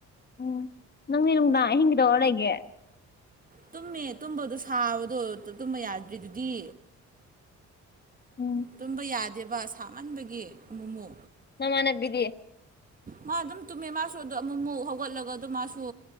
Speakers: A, on the left; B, on the right.
A: ꯎꯝ ꯅꯪꯗꯤ ꯅꯨꯡꯗꯥꯡ ꯑꯍꯤꯡꯒꯤꯗꯧꯔ ꯂꯩꯒꯦ
B: ꯇꯨꯝꯃꯦ ꯇꯨꯝꯕꯗꯣ ꯁꯥꯕꯗꯣ ꯇꯨꯝꯕ ꯌꯥꯗ꯭ꯔꯤꯗꯨꯗꯤ
A: ꯎꯝ
B: ꯇꯨꯝꯕ ꯌꯥꯗꯦꯕ ꯁꯥꯞꯃꯟꯕꯒꯤ ꯑꯃꯨꯃꯨ
A: ꯃꯥꯃꯥꯅꯕꯤꯗꯤ
B: ꯃꯥ ꯑꯗꯨꯝ ꯇꯨꯝꯃꯦ ꯃꯥꯁꯨ ꯑꯗꯣ ꯑꯃꯨꯛꯃꯨꯛ ꯍꯧꯒꯠꯂꯒ ꯑꯗꯨꯝ ꯃꯥꯁꯨ